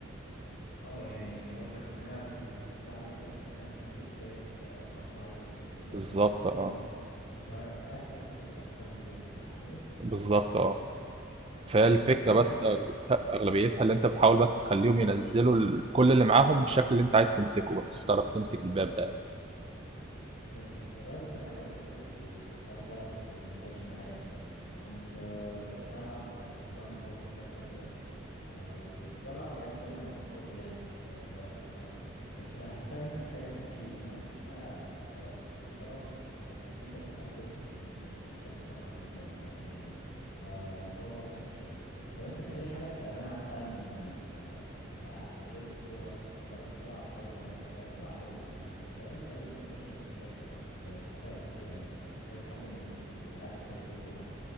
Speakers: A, on the left; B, on the right.
A: اه يعني قصدك ان انا بيبقى بيقولوا عليها تقريبا ماسك باب رقم معين يعني انت بيبقى
B: بالظبط
A: معاك الارقام
B: اه
A: ال- الورق بتاعك فيه اكتر الارقام دي يعني صح كده
B: بالظبط اه فالفكرة
A: أه، بص انا
B: بس أغلبيتها أغلبيتها اللي أنت بتحاول بس تخليهم ينزلوا ال- كل اللي معاهم بالشكل اللي أنت عايز تمسكه بس مش هتعرف تمسك الباب ده
A: فهمتك والله بص انا حاولت كتير في ال- في الحوار ده بس ما جاش معايا يعني كنت آه، قلت هلعب شطرنج برضو فترة كده ف... وكنت بلعب يعني كل ما ابقى فاضي يعني في, في وقت الفراغ بس بحسها ايه محتاجة تركيز انما في وقت الفراغ يعني بحس ان انت انت عايز تفصل فاهم انت انت مش عايز تفكر مثلا انت هتعمل ايه فالموضوع ده رخم شوية طب انت في اي حاجة بتعملها مثلا آه، ك غير الكورة جربت تلعب طايرة مثلا جربت تلعب بدل يعني انا متهيألي البدل دي انتشرت في الاخر في في الفترة الأخيرة يعني كذا حد من العيال كنت بشوفه بيلعبوا